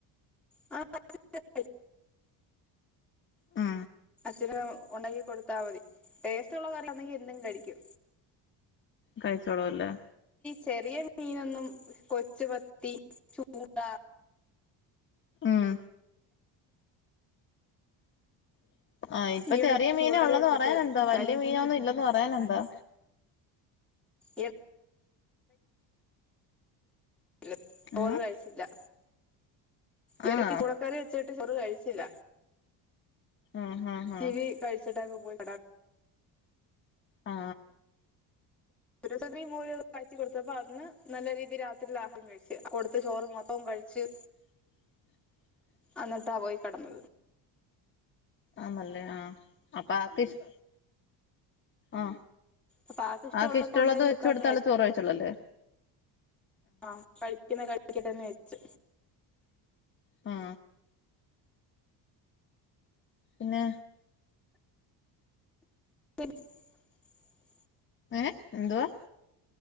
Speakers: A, in the centre; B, on the left.
A: ആ <unintelligible>
B: മ്.
A: ഇത്ങ്ങനെ ഉണ്ടാക്കി കൊടുത്താൽ മതി ടേസ്റ്റുള്ള കറാന്നെങ്കിൽ എല്ലും കഴിക്കു
B: കഴിച്ചോളല്ലേ.
A: ചെറിയ മീനൊന്നും കൊച്ചുവത്തി ചൂട.
B: ഉം <unintelligible> ആ ഇപ്പൊ
A: ഈയിടക്ക്
B: ചെറിയ മീന
A: ചൂടക്കറി
B: ഉള്ളന്ന്
A: വെച്ചിട്ട്
B: പറയാനെന്തോ വലിയ
A: കഴി
B: മീനൊന്നും ഇല്ലന്ന് പറയാനന്തോ.
A: യെപ്. യെപ് ഓള്
B: ഉം
A: കഴിച്ച്ല്യ ഇടക്ക്
B: ആണോ
A: ചുടക്കറി വെച്ചിട്ട് ചൊറു കഴിച്ചില്ല
B: ആഹ് ആഹ് ആഹ്
A: ഇഴി കഴിച്ചിട്ടങ്ങ് പോയി
B: ആ
A: ദൃടം ഗി മു കൽക്കി കൊടുത്തപ്പോ അതിന്ന് നല്ല രീതിൽ രാത്രിൽ ആഹം കഴിച്ച് കൊടുത്ത് ചോറ് മൊത്തവും കഴ ഇച്
B: <inaudible>
A: അന്നിട്ടാ പോയി കടന്നത്.
B: ആമല്ലേ ആ അപ്പ കിഷ് ആ
A: അപ്പൊ ആൾക്ക് ഇഷ്ടമുള്ളതൊക്കെ
B: ആക്കിഷ്ടള്ളത്
A: ഉണ്ടാക്കി
B: വെച്ചോട്ത്താൽ
A: കൊടുക്കാന്ന്
B: ആള് ചോറ് കഴിച്ചള്ളല്ലേ?
A: ആ കഴിക്കിനെ കഴിക്കട്ടെ എന്നെച്ച്.
B: ആ പിന്നേ
A: <unintelligible>
B: ഏ എന്തുവാ?